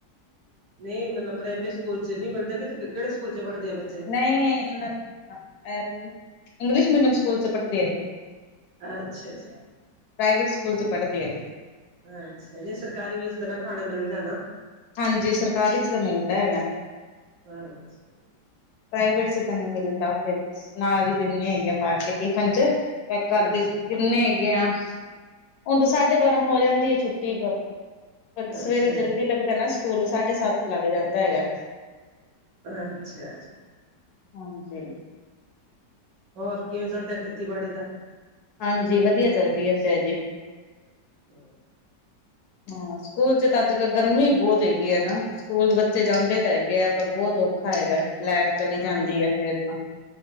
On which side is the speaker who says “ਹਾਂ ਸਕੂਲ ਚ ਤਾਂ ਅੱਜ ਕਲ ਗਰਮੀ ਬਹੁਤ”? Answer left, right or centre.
Left